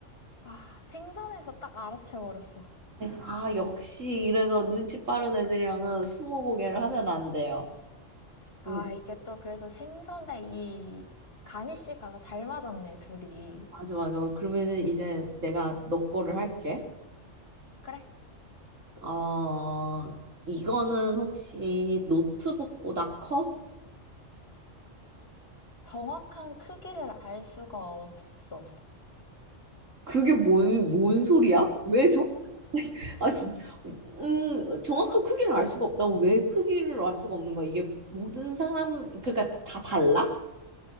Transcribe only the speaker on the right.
아, 역시 이래서 눈치 빠른 애들이랑은 스무고개를 하면 안 돼요.
응.
맞아, 맞아. 그러면은 이제 내가 너 거를 할게.
어, 이거는 혹시 노트북보다 커?
그게 뭔, 뭔 소리야? 왜 정, <laughs> 아, 음, 정확한 크기를 알 수가 없다고 왜 크기를 알 수가 없는 거야? 이게 모든 사람, 그러니까 다 달라?